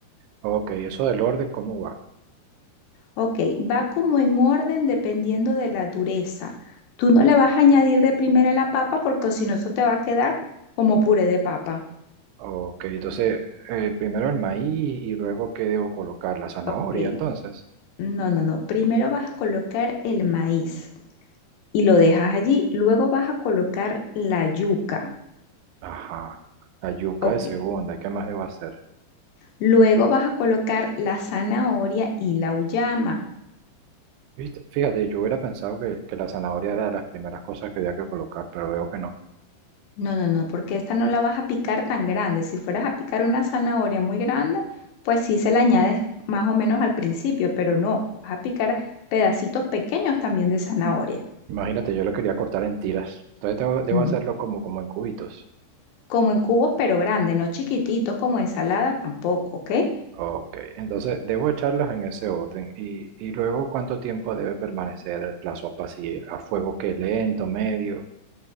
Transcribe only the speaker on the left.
Ok, va como en orden dependiendo de la dureza. Tú no le vas a añadir de primera la papa porque si no eso te va a quedar como puré de papa.
Ok,
no, no, no. Primero vas a colocar el maíz y lo dejas allí. Luego vas a colocar la yuca.
Ok.
Luego vas a colocar la zanahoria y la uyama.
No, no, no, porque esta no la vas a picar tan grande. Si fueras a picar una zanahoria muy grande, pues sí se la añades más o menos al principio, pero no, vas a picar pedacitos pequeños también de zanahoria.
Mm.
Como en cubos, pero grandes, no chiquititos como ensalada tampoco, ¿ok?